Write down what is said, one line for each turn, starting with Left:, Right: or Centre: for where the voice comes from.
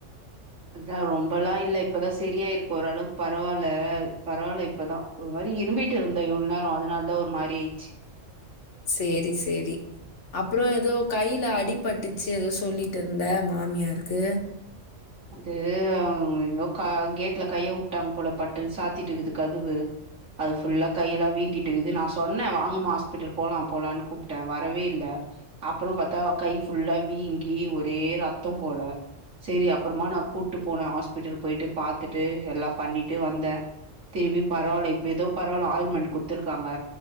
Right: அஞ்சா ரொம்பல்லா இல்ல இப்பதா செரியாயிருக்கு ஓரளவுக் பரவால்ல பரவால்ல இப்பதா ஒரு மாரி இரும்பிட்டு இருந்தே இவ்ளோ நேரோ அதுனால தா ஒரு மாரி ஆயிச்சு
Left: செரி செரி அப்புறோ எதோ கைல அடிபட்டுச்சு எதோ சொல்லிட்டு இருந்த மாமியாருக்கு
Right: அது அவுங்க எதோ கா கேட்ல கைய உட்டாங்க போல பட்டுனு சாத்திட்டுகிது கதுவு அது ஃபுல்லா கையெல்லா வீங்கிட்டுக்கிது நா சொன்னே வாங்கமா ஹாஸ்பிட்டல் போலா போலாமான்னு கூப்ட்டே வரவே இல்ல அப்புறோ பாத்தா கை ஃபுல்லா வீங்கி ஒரே ரத்தம் போல செரி அப் றமா நா கூட்டு போனே ஹாஸ்பிட்டல் போயிட்டு பாத்துட்டு எல்லா பண்ணிட்டு வந்தே திருபி பரவால இப்ப எதோ பரவால ஆயில்மெண்ட் குத்துருக்காங்க